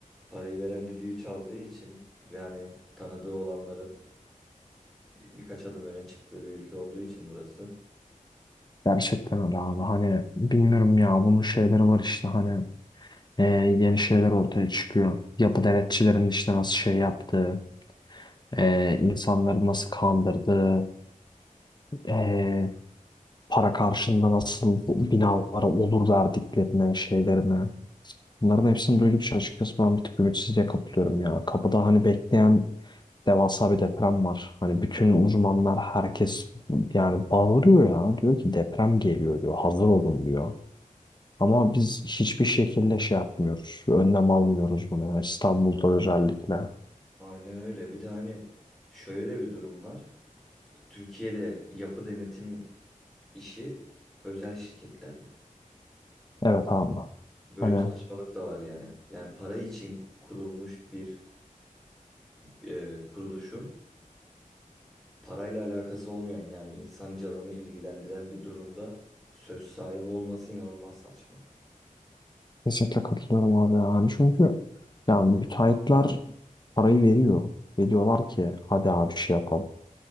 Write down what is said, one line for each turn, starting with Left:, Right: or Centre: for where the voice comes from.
Centre: parayı veren düdüğü çaldığı için ve hani tanıdığı olanların bir- birkaç adım öne çıktığı bir ülke olduğu için burası.
Left: Gerçekten öyle abi. Hani bilmiyorum ya bunun şeyleri var işte hani e, yeni şeyler ortaya çıkıyor. Yapı denetçilerin işte nasıl şey yaptığı, e, insanları nasıl kandırdığı, e, para karşılığında nasıl bu binalara olur verdiklerine, şeylerine. Bunların hepsini duydukça açıkçası ben bir tık ümitsizliğe kapılıyorum ya. Kapıda hani bekleyen devasa bir deprem var. Hani bütün uzmanlar herkes yani bağırıyor ya. Diyor ki deprem geliyor diyor. Hazır olun diyor. Ama biz hiçbir şekilde şey yapmıyoruz. Önlem almıyoruz bunu yani İstanbul'da özellikle.
Centre: Aynen öyle. Bir de hani şöyle de bir durum var. Türkiye'de yapı denetim işi özel şirketlerde.
Left: Evet abi.
Centre: Böyle
Left: Hani
Centre: bir saçmalık da var yani. Yani para için kurulmuş bir e, kuruluşun parayla alakası olmayan yani insan canını ilgilendiren bir durumda söz sahibi olması inanılmaz saçma.
Left: kesinlikle katılıyorum abi yani. Çünkü yani müteahhitler parayı veriyor. Ve diyorlar ki hadi abi şey yapalım.